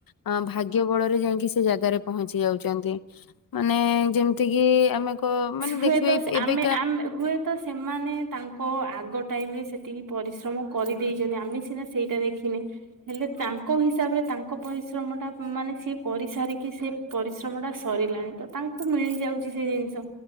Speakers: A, on the left; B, on the right.
A: ଅ ଭାଗ୍ୟ ବଳରେ ଯାଇକି ସେ ଜାଗାରେ ପହଞ୍ଚି ଯାଉଛନ୍ତି ମାନେ ଯେମତି କିି ଆମେ କ ମାନେ
B: ହୁଏତ
A: ଦେଖିବେ
B: ସେ-
A: ଏବେ
B: ଆମେ ହୁଏତ ସେମାନେ ତାଙ୍କ ଆ ଆଗ ଟାଇମରେ ସେତିକି ପରିଶ୍ରମ କରିଦେଇଛନ୍ତି ଆମେ ସିନା ସେଇଟା ଦେଖିନେ ହେଲେ ତାଙ୍କ ହିସାବ ରେ ତାଙ୍କ ପରିଶ୍ରମ ଟା ମାନେ ସିଏ କରିସାରି କି ସେ ପରିଶ୍ରମ ଟା ସରିଲାଣି ତ ତାଙ୍କୁ ମିଳିଯାଉଛି ସେ ଜିନିଷ